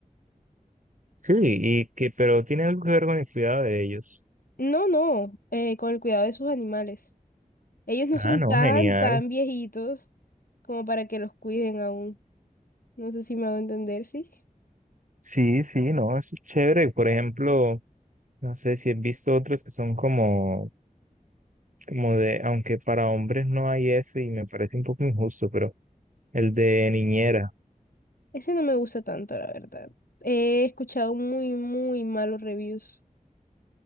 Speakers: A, on the right; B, on the left.
A: Sí, y que, pero tiene algo que ver con el cuidado de ellos.
B: No, no, eh, con el cuidado de sus animales. Ellos no
A: Ah,
B: son
A: no,
B: tan,
A: genial.
B: tan viejitos como para que los cuiden aún. No sé si me hago entender, sí.
A: Sí, sí, no, eso es chévere. Por ejemplo, no sé si has visto otros que son como, como de, aunque para hombres no hay eso y me parece un poco injusto, pero el de niñera.
B: Ese no me gusta tanto, la verdad. He escuchado muy, muy malos reviews.